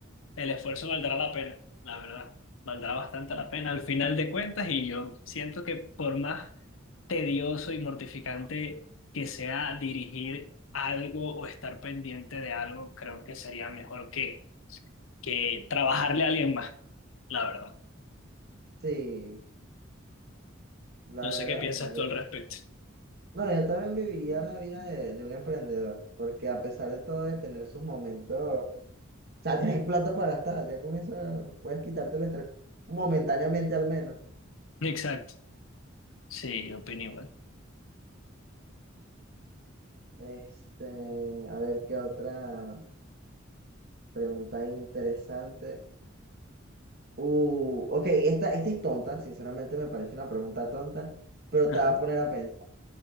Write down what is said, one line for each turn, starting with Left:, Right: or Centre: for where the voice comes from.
Left: el esfuerzo valdrá la pena, la verdad, valdrá bastante la pena al final de cuentas y yo siento que por más tedioso y mortificante que sea dirigir algo o estar pendiente de algo, creo que sería mejor que, que trabajarle a alguien más, la verdad.
Right: sí, la
Left: No
Right: verdad,
Left: sé qué piensas
Right: sí. Yo,
Left: tú al respecto.
Right: no, yo también viviría la vida de, de un emprendedor, porque a pesar de todo, de tener sus momentos. sea, tienes plata para gastar, ya con eso puedes quitarte el estrés momentáneamente al menos.
Left: Exacto. Sí, opino igual.
Right: Este, a ver qué otra pregunta interesante. Uh, ok, esta, esta es tonta, sinceramente me parece una pregunta tonta, pero
Left: Ajá.
Right: te va a poner a pensar.